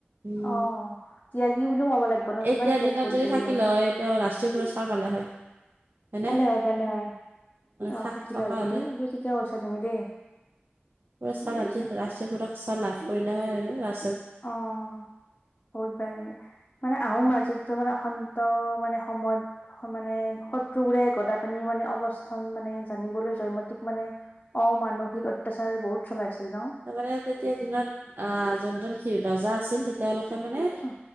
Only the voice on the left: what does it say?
অ', ত্যাগী বুলিও ক'ব লাগিব ন কিমান
ত্যাগ
কৰিছে
জীৱনটো
ভালে হয় ভালে হয় অ',
থাকিলে
হৈ যদি
ঠিকে কৈছা তুমি দেই।
ঠিকে
কৈছা
অ', বহুত বেয়া লাগে। মানে আহোম ৰাজত্ব মানে সন্ত, মানে সময়ত মানে শত্ৰুবোৰে গদাপানী মানে অৱস্থান মানে জানিবলৈ জয়মতীক মানে অমানসিক অত্যাচাৰ বহুত চলাইছিল ন
অ